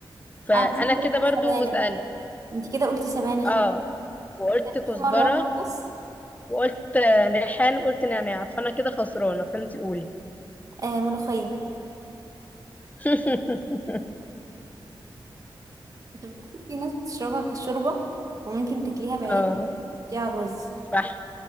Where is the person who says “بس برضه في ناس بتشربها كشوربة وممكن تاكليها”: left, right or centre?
Right